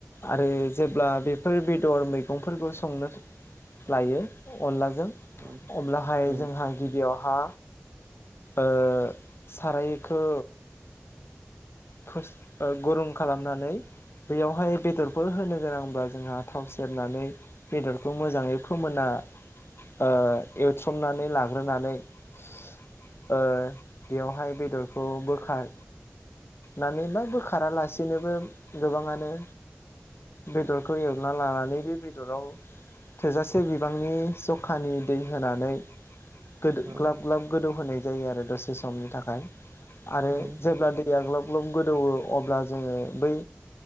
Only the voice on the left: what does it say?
आरो जेब्ला बेफोर बेदर मैगंफोरखौ संनो लायो अनलाजों
अब्लाहाय
जोंहा गिबियावहा ओ सारायखो फोस ओ गरम खालामनानै बेयावहाय बेदरफोर होनो गोनांब्ला जोंहा थाव सेरनानै बेदरखौ मोजाङै फोमोना ओ एवथ्रमनानै लाग्रोनानै ओ बेयावहाय बेदरखौ बोखा नानैबा बोखारालासिनोबो गोबाङानो बेदरखौ एवना लानानै बे बेदराव थोजासे बिबांनि जखानि दै होनानै गोदो
ग्लाब ग्लाब गोदौ होनाय जायो आरो दसे समनि थाखाय आरो
जेब्ला दैया ग्लाब ग्लब गोदौवो अब्ला जोङो बै